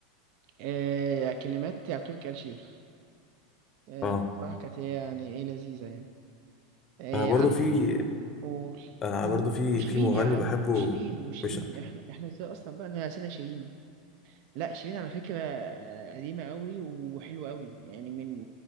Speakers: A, on the right; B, on the left.
A: آه، كلمات بتاع تركي آل الشيخ آه،
B: اه
A: بصراحة كانت هي يعني ايه لذيذة يعني آه،
B: آه، برضه
A: عند
B: في
A: قول
B: انا
A: و-
B: برضو في
A: وشيرين
B: في مغني
A: يا عم
B: بحبه
A: وشيرين وشيرين
B: مش
A: احنا احنا ازاي اصلا بقى نسينا شيرين لا شيرين على فكرة آه، قديمة قوي وحلوة قوي يعني من